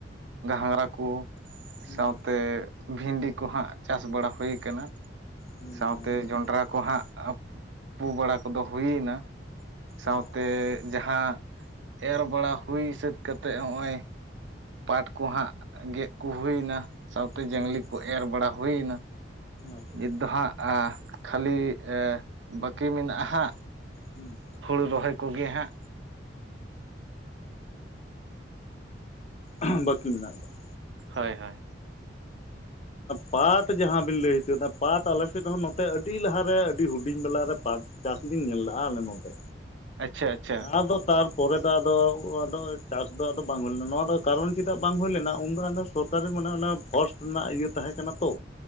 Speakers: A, on the right; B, on the left.
A: ᱜᱷᱟᱸᱝᱨᱟ ᱠᱚ
B: ᱦᱩᱸ
A: ᱥᱟᱶᱛᱮ ᱵᱷᱤᱱᱰᱤ ᱠᱚᱦᱟᱸᱜ ᱪᱟᱥ ᱵᱟᱲᱟ ᱦᱩᱭ ᱠᱟᱱᱟ
B: ᱦᱩᱸ
A: ᱥᱟᱶᱛᱮ
B: ᱟᱪᱪᱷᱟ
A: ᱡᱚᱸᱰᱨᱟ ᱠᱚᱦᱟᱸᱜ ᱯᱩ ᱵᱟᱲᱟ ᱠᱚᱫᱚ ᱦᱩᱭᱮᱱᱟ ᱥᱟᱶᱛᱮ
B: ᱚ
A: ᱡᱟᱦᱟᱸ ᱮᱨ ᱵᱟᱲᱟ ᱦᱩᱭ ᱥᱟᱹᱛ ᱠᱟᱛᱮᱫ ᱦᱚᱜᱼᱚᱭ ᱯᱟᱴ ᱠᱚᱦᱟᱸᱜ ᱜᱮᱫ ᱠᱩ ᱦᱩᱭᱮᱱᱟ ᱥᱟᱶᱛᱮ ᱡᱟᱝᱞᱤ
B: ᱦᱩᱸ
A: ᱠᱚ ᱮᱨ ᱵᱟᱲᱟ ᱦᱩᱭᱮᱱᱟ
B: ᱟᱪᱪᱷᱟ
A: ᱱᱤᱛ ᱫᱚ ᱦᱟᱸᱜ ᱠᱷᱟᱹᱞᱤ ᱵᱟᱹᱠᱤ ᱢᱮᱱᱟᱜᱼᱟ ᱦᱟᱸᱜ
B: ᱦᱩᱸ
A: ᱦᱩᱲᱩ ᱨᱚᱦᱚᱭ ᱠᱚᱜᱮ ᱦᱟᱸᱜ
B: ᱦᱸ ᱵᱟᱹᱠᱤ ᱢᱮᱱᱟᱜ ᱟᱠᱟᱫᱟ
A: ᱦᱳᱭ ᱦᱳᱭ
B: ᱯᱟᱴ ᱡᱟᱦᱟᱸ ᱵᱤᱱ ᱞᱟᱹᱭ ᱦᱚᱪᱚᱭᱮᱫᱱᱟ ᱯᱟᱴ ᱟᱞᱮᱥᱮᱫ ᱨᱮᱦᱚᱸ ᱱᱚᱛᱮ ᱟᱹᱰᱤ ᱞᱟᱦᱟᱨᱮ ᱟᱹᱰᱤ ᱦᱩᱰᱤᱧ ᱵᱮᱞᱟᱨᱮ ᱯᱟᱴ ᱪᱟᱥᱵᱤᱱ ᱧᱮᱞ ᱞᱮᱫᱼᱟ ᱟᱞᱮ ᱱᱚᱛᱮ
A: ᱟᱪᱪᱷᱟ ᱟᱪᱪᱷᱟ
B: ᱟᱫᱚ ᱛᱟᱨᱯᱚᱨᱮ ᱫᱚ ᱟᱫᱚ ᱟᱫᱚ ᱪᱟᱥ ᱫᱚ ᱟᱫᱚ ᱵᱟᱝ ᱦᱩᱭ ᱞᱮᱱᱟ ᱱᱚᱣᱟ ᱫᱚ ᱠᱟᱨᱚᱱ ᱪᱮᱫᱟᱜ ᱵᱟᱝ ᱦᱩᱭ ᱞᱮᱱᱟ ᱩᱱᱫᱚ ᱟᱫᱚ ᱥᱚᱨᱠᱟᱨᱤ ᱢᱟᱱᱮ ᱚᱱᱟ ᱯᱷᱚᱨᱥᱴ ᱨᱮᱱᱟᱜ ᱤᱭᱟᱹ ᱛᱟᱦᱮᱸ ᱠᱟᱱᱟ ᱛᱚ